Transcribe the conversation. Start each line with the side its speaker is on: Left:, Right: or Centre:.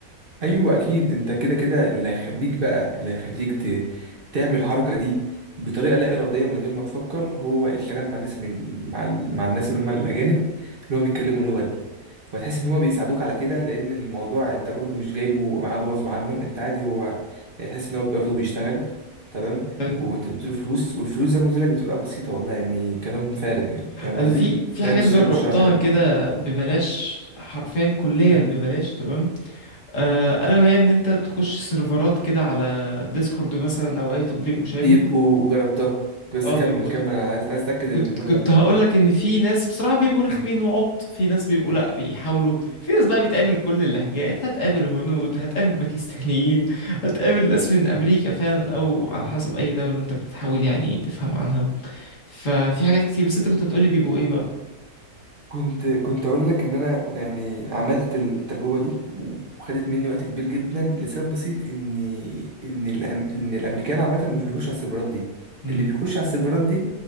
Right: ايوه اكيد انت كده كده اللي هيخليك بقى اللي هيخليك ت... تعمل الحركه دي بطريقه لا اراديه من غير ما تفكر هو الكلام مع الناس اللي مع ال... مع الناس اللي هم الاجانب اللي هو بيتكلموا اللغه دي وهتحس ان هو بيساعدوك على كده لان الموضوع انت برضو مش جايبه معاده غصب عنه انت عادي هو يعني تحس ان هو برضو بيشتغل تمام
Left: حلو
Right: وانت بتديله فلوس والفلوس زي ما قلت لك بتبقى بسيطه والله يعني كلام فارغ يعني فاهم
Left: انا
Right: قصدي
Left: في في
Right: ده
Left: حاجات
Right: الاشتراك
Left: جربتها
Right: بالشهر حاجه زي
Left: كده
Right: كده
Left: ببلاش حرفيا كليا
Right: امم
Left: ببلاش تمام آه، الا وهي ان انت تخش سيرفرات كده على ديسكورد مثلا او اي تطبيق مشابه
Right: يبقوا جربتها بس
Left: اه
Right: كمل
Left: بيبقوا
Right: كمل
Left: ايه
Right: انا عايز عايز اتاكد
Left: كنت
Right: اللي في دماغي
Left: كنت
Right: ولا لا
Left: هقول لك ان في ناس بصراحه بيبقوا رخمين وعبط في ناس بيبقوا لا بيحاولوا
Right: مم.
Left: في ناس بقى بتقابل كل اللهجات هتقابل هنود هتقابل باكستانيين هتقابل ناس من امريكا فعلا او على حسب اي دوله انت بتحاول يعني تفهم عنها ففي حاجات كتير بس انت كنت هتقولي بيبقوا ايه بقى
Right: كنت كنت اقول لك ان انا يعني عملت التجربه دي وخدت مني وقت كبير جدا لسبب بسيط ان ان الأم... ان الامريكان عامه مش بيخش على السيرفرات دي
Left: امم
Right: اللي بيخش على السيرفرات دي